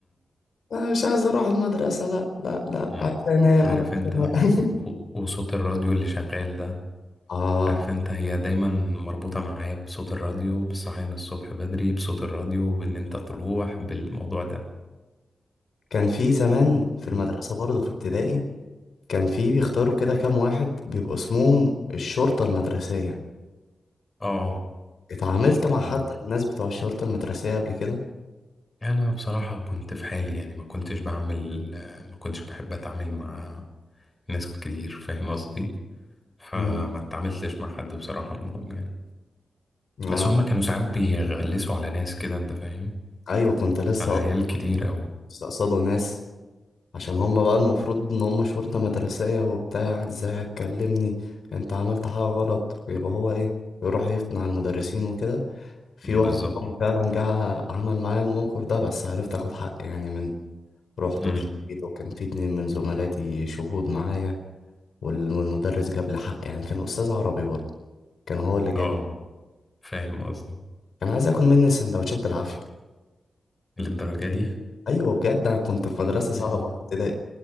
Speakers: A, on the left (about 65°); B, on the left (about 20°).
A: أنا مش عايز أروح المدرسة لأ لأ لأ
B: مم.
A: عايز أنام
B: عارف
A: عايز
B: انت
A: أنام
B: و- و- وصوت الراديو اللي شغال ده
A: <laughs> آه
B: عارف انت هي دايما مربوطة معايا بصوت الراديو بالصحيان الصبح بدري بصوت الراديو بان انت تروح بالموضوع ده
A: كان في زمان في المدرسة
B: م-
A: برضه في ابتدائي كان في بيختاروا كده كام واحد بيبقوا اسمهم الشرطة المدرسية
B: اه
A: اتعاملت مع حد
B: م-
A: من الناس بتوع الشرطة المدرسية قبل كده
B: انا بصراحة كنت في حالي يعني ما كنتش بعمل ما كنتش بحب اتعامل مع ناس كتير فاهم قصدي فما
A: مم.
B: اتعاملتش مع حد بصراحة منهم يعني
A: آه.
B: بس هما كانوا ساعات بيغلسوا على ناس كده انت فاهم
A: أيوة كنت لسه
B: على عيال
A: أقصد-
B: كتير قوي
A: لسه قصادوا ناس عشان هم بقى المفروض إن هم شرطة مدرسية وبتاع ازاي هتكلمني انت عملت حاجة غلط ويبقى هو ايه يروح يفتن على المدرسين وكده في
B: بالظبط
A: واحد منهم فعلا جه عمل معايا الموقف ده بس عرفت اخد حقي يعني من رحت
B: امم
A: واشتكيت وكان في اتنين من زملاتي شهود معايا وال- والمدرس جاب لي حق يعني كان أستاذ عربي برضه كان هو اللي جاب
B: اه
A: لي
B: فاهم قصدي
A: كان عايز آكل مني السندوتشات بالعافية
B: للدرجة دي
A: أيوة بجد أنا كنت في مدرسة صعبة
B: م-
A: في ابتدائي